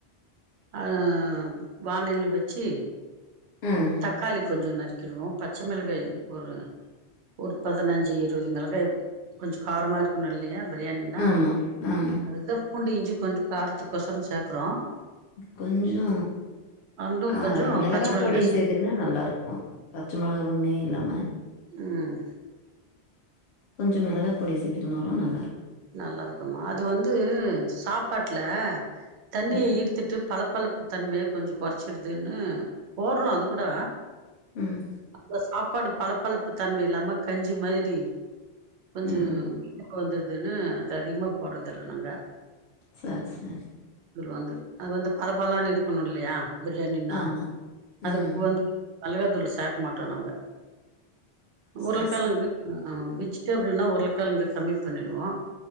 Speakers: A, on the right; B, on the left.
A: அ வாணில்லு வச்சி
B: ம்
A: தக்காளி கொஞ்சோ நறுக்கிடுவோ பச்ச மெளகாய் ஒரு ஒரு பதினஞ்சு இருவது மெளகாய கொஞ்சு காரமா இருக்குணு இல்லயா பிரியாணினா
B: ஆமா ஆமா
A: அதுக்குதா பூண்டு இஞ்சி கொஞ்சு காரத்துக்கோசரோ சேக்குறோ
B: கொஞ்சோ
A: அண்டு
B: கா
A: கொஞ்சோ
B: மெளகா
A: பச்ச மிளகா
B: பொடி சேத் துகுனா நல்லா இருக்கு பச்ச மெளகா ஒன்னே இல்லாம
A: ம்
B: கொஞ்சோ மெளகா பொடி சேத்துகுனாலு நல்லாருக்
A: நல்லா இருக்குமா அது வந்து சாப்பாட்ல தண்ணிய
B: ம்
A: ஈர்த த்துட்டு பளப்பளப்பு தன்மைய கொஞ்சு கொறச்சிர்துன்னு போட்றோ அது கூட
B: ம்
A: ஒ சாப்பாடு பளப்பளப்பு தன்ம இல்லாம கஞ்சி மாத்ரி கொஞ்சோ
B: ம்
A: புளிப்பா வந்துர்துன்னு அது அதிகமா போட்றதில்ல நாங்க
B: சர் சரி
A: வந்து அது வந்து பளபளன் இருக்குணு இல்லயா பிரியாணினா
B: ஆமா
A: அதுக்கு
B: ம்
A: வந் மெளகாதூள் சேக்க மாட்டோ நாங்க உருளகெழங்கு
B: சரி சரி
A: அ வெஜிடபிள்னா உருள கெழங்க கம்மி பண்ணிடுவோ